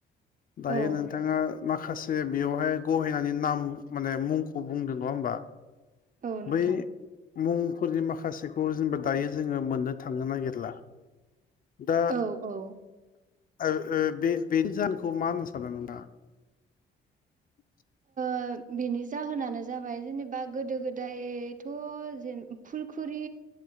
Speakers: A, on the left (about 45°); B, on the right (about 40°).
A: दायो
B: औ
A: नोंथाङा माखासे बेयावहाय गहेनि नाम माने मुंखौ बुंदों नङा होमबा
B: औ नोंथां
A: बै मुंफोरनि माखासेखौ जेनेबा दायो जोङो मोननो थांनो नागिरला दा
B: औ औ
A: ओ ओ बे बेनि जाहोनखौ मा होनना सानदों नोंथाङा <unintelligible>
B: ओ बेनि जाहोनानो जाबाय जेनेबा गोदो गोदायथ' जेन फुलखुरि